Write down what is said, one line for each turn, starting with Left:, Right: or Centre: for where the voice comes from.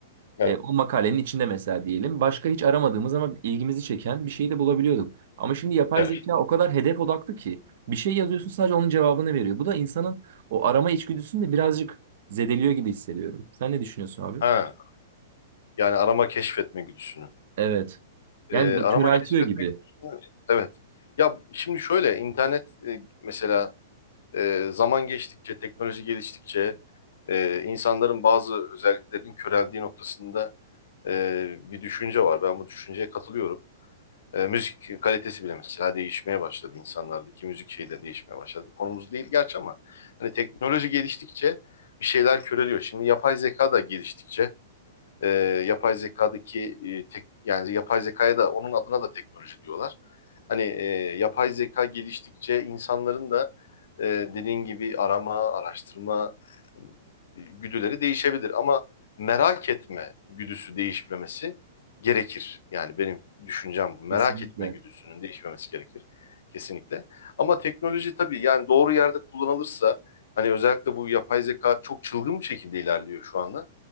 Left: evet,
Right: E, o makalenin içinde mesela diyelim. Başka hiç aramadığımız ama ilgimizi çeken bir şeyi de bulabiliyorduk. Ama şimdi yapay
Left: evet.
Right: zeka o kadar hedef odaklı ki bir şey yazıyorsun sadece onun cevabını veriyor. Bu da insanın o arama içgüdüsünü de birazcık zedeliyor gibi hissediyorum. Sen ne düşünüyorsun abi?
Left: Ha, yani arama keşfetme güdüsünü.
Right: Evet.
Left: Ee,
Right: Yani do-
Left: arama
Right: köreltiyor
Left: keşfetme
Right: gibi.
Left: güdüsünü, evet. Ya şimdi şöyle internet e, mesela e, zaman geçtikçe, teknoloji geliştikçe e, insanların bazı özelliklerinin köreldiği noktasında e, bir düşünce var. Ben bu düşünceye katılıyorum. E, müzik kalitesi bile mesela değişmeye başladı insanlardaki müzik şeyi de değişmeye başladı. Konumuz değil gerçi ama hani teknoloji geliştikçe bir şeyler köreliyor. Şimdi yapay zeka da geliştikçe e, yapay zekadaki e, tek, yani yapay zekaya da onun adına da teknoloji diyorlar. Hani e, yapay zeka geliştikçe insanların da e, dediğin gibi arama, araştırma e, güdüleri değişebilir ama merak etme güdüsü değişmemesi gerekir. Yani benim düşüncem bu. Merak
Right: Kesinlikle.
Left: etme güdüsünün değişmemesi gerekir kesinlikle. Ama teknoloji tabii yani doğru yerde kullanılırsa hani özellikle bu yapay zeka çok çılgın bir şekilde ilerliyor şu anda